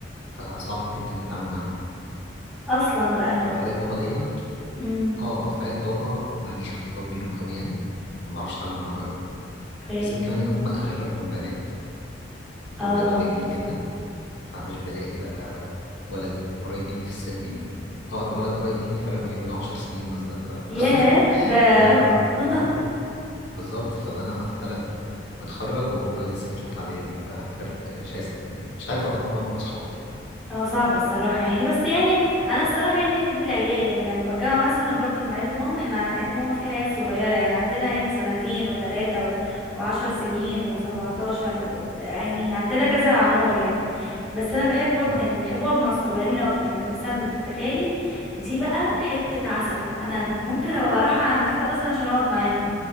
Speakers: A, on the left; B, in the centre.
A: فصعب جدا التعامل معاهم
B: اصلا بقى
A: ففعالية بابا دايما
B: امم
A: اه فعالية بابا ماليش اختلاط بيهم قوي يعني ما بعرفش اتعامل معاهم قوي
B: اوكي
A: بالذات كمان ان هم اغلبهم بنات
B: اه
A: الولاد قليلين جدا فمش بلاقي بقى ولد قريب مني في السن يعني اقرب ولد قريب مني فرق بيني وبينه 10 سنين مثلا ف
B: ياه
A: <laughs>
B: ده
A: انا
B: رقم <laughs>
A: اه بالظبط فانا مثلا متخرج وهو لسه في تالتة اعدادي ففرق شاسع يعني مش عارف هو انا وهو نبقى اصحاب
B: هو صعب الصراحة يعني بس يعني أنا الصراحة يعني أحب العيال يعني لما بتجمع مثلا برضو مع عيلة ماما احنا عيلة ماما فيها عيال صغيرة يعني عندنا عيال سنتين وتلاتة و... وعشر سنين وسبعتاشر و... وت- يعني عندنا كذا أعمار يعني بس أنا بحب أقعد
A: اه
B: يعني بحب أقعد مع الصغيرين أكتر يعني مثلا بنت خالي دي بقى حتة عسل أنا ممكن أبقى رايحة عند تيتا أصلا عشان أقعد معاها